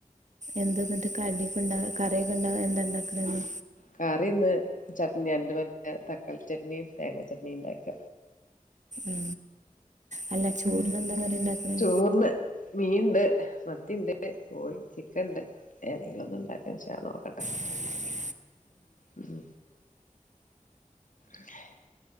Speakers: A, on the right; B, on the left.
A: എന്താ എന്നിട്ട് കണ്ട കറിയൊക്കെണ്ട എന്താണ്ടാക്കണന്ന്?
B: കറിന്ന് ചട്നി രണ്ട മറ്റ തക്കാളി ചട്നിയും തേങ്ങാ ചട്നിയും ഉണ്ടാക്ക
A: ഉ അല്ല ചോറിന് എന്താ കറി? ഉണ്ടാക്കണേ
B: ചോറിന്ന് മീ- ഉണ്ട് മത്തിയ ഉണ്ട് പോയി ചിക്കൻ ഉണ്ട് ഏതെങ്കിലും ഒന്നും ഉണ്ടാക്കച്ചാ നോക്കട്ടെ
A: ഉ <unintelligible>
B: ഉം <inaudible>